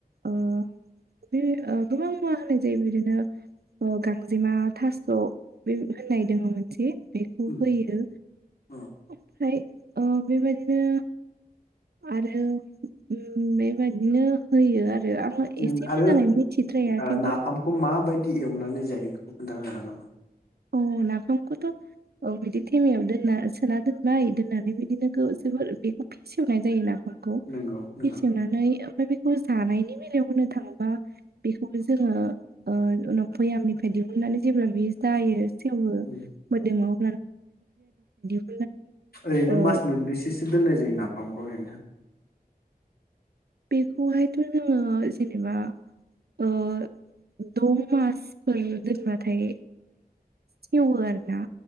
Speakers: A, on the right; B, on the left.
A: ओ बे गोबां मुवा होननाय जायो बिदिनो ओ गांजेमा थास' बे होननाय दङ मोनसे बेखौ
B: उम
A: होयो
B: औ
A: ओमफ्राय ओ बेबायदिनो आरो ओम बेबायदिनो होयो आरो। आङो
B: नों
A: एसे
B: आरो
A: मोजाङै मिथिद्राया
B: ओ
A: थेवबो
B: नाफामखौ माबायदि एवनानै जायो बेखौ खोनन्थानो हागा नामा?
A: अ नाफामखौथ' औ बिदि थेमायाव दोनना सोना दोनबाय दोननानै बिदिनो जोबोर बेखौ फेसेवनाय जायो ना खौ
B: नंगौ नंगौ
A: बेसेवनानै ओमफ्राय बेखौ जानायनि बेलायाव होनो थाङोबा बेखौ जोङो उनाव भैयामनिफ्राय दिहुननानै जेब्ला बेयो जायो। सेवो
B: उम
A: मोदोमो <unintelligible>
B: ओरैनो
A: ओ
B: मास मोनबैसेसो दोननाय जायो नाफामखौ ओरैनो?
A: बेखौहायथ जोङो जेनेबा ओ द मासफोर दोनबाथाय सेवो आरो ना